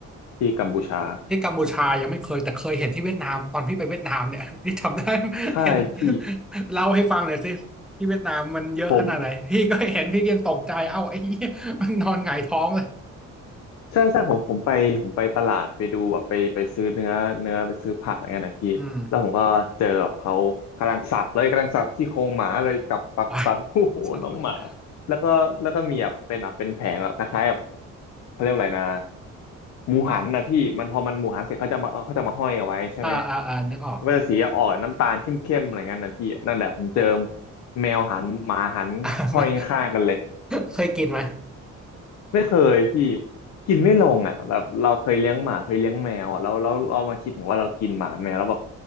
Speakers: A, on the left (about 65°); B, in the centre.
A: ที่กัมพูชา
B: ที่กัมพูชายังไม่เคยแต่เคยเห็นที่เวียดนามตอนพี่ไปเวียดนามเนี่ย <laughs> พี่จำได้
A: ใช่พี่
B: เห็นเล่าให้ฟังหน่อยสิที่เวียดนามมันเยอะขนาดไหนพี่ก็เห็นพี่ยังตกใจเอ้าไอ้เหี้ยมันนอนหงายท้องเลย
A: ผม ใช่ใช่ผมผมไปผมไปตลาดไปดูแบบไปไปซื้อเนื้อเนื้อไปซื้อผักอะไรเงี้ยนะพี่แล้วผมก็เจอแบบเขากำลังสับเลยกำลังสับซี่โครงหมาเลยกับปักปักโอ้โหน้องหมา
B: อืม ไป <laughs>
A: แล้วก็แล้วก็มีแบบเป็นแบบเป็นแผงแบบคล้ายๆแบบเขาเรียกว่าอะไรนะหมูหันนะพี่มันพอมันหมูหันเสร็จเขาจะมาเขาจะมาห้อยเอาไว้ใช่ไหม
B: อ่าอ่าอ่านึกออก
A: มันก็จะสีออกน้ำตาลเข้มๆอะไรเงี้ยนะพี่นั่นแหละผมเจอ
B: <laughs>
A: แมวหันหมาหันห้อยข้างๆกันเลย
B: อ่าไม่เคยกินไหม
A: ไม่เคยพี่กินไม่ลงอ่ะแบบเราเคยเลี้ยงหมาเคยเลี้ยงแมวอะแล้วแล้วเรามาคิดถึงว่าเรากินหมาแมวแล้วแบบ